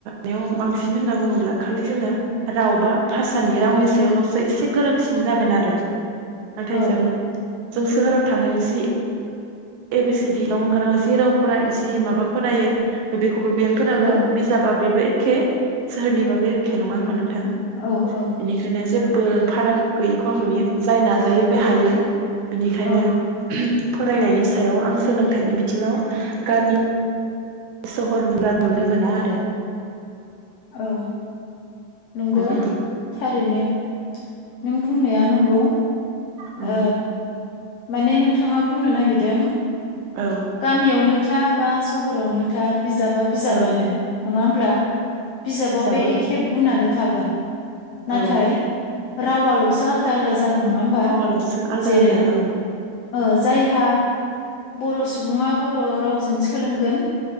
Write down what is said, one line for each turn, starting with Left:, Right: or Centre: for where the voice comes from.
Right: बेयाव बांसिन होनना बुङोब्ला खालि जोङो राव बा भाषानि रावनि सायावल'सो एसे गोरोंसिन जागोन आरो। नाथाय
Left: औ
Right: जों जों सोहोराव थानानै जि ए बि सि दि <unintelligible> गारांआ जि रावफोरा जि माबा फरायो बेखौ खबा बियानफोराबो
Left: औ
Right: बिजाबा बेबो एखे सोरोहोरनिबाबो एखे नङा होनबा नोंथां।
Left: औ औ
Right: बेनिखायनो जे बो फाराग गैयिखौ नुयो जाय नाजायो बे हायो। बिनिखायनो।
Left: औ
Right: <unintelligible> फरायनायनि सायाव आं सोलोंथाइनि बिथिङाव गामि सहरनिबा नुनो मोना आरो।
Left: औ। नंगौ
Right: बेबायदि
Left: था ओरैनो नों बुंनाया नंगौ।
Right: उम
Left: ओ। माने नोंथाङा बुंनो नागिरदों।
Right: औ
Left: गामियावनो था बा सहरावनो था बिजाब बिजाबानो
Right: औ
Left: नङा होमब्ला बिजाबाव
Right: बिजाबा
Left: बे
Right: बिजाब
Left: एखे गुनानो थागोन। नाथाय
Right: औ
Left: रावाल'सो आदा आदा जाग नङा होमबा
Right: रावाल'सो आलदा
Left: जेरै
Right: आलदा औ
Left: ओ जायहा बर' स सुबुङा बर' रावजों सोलोंगोन।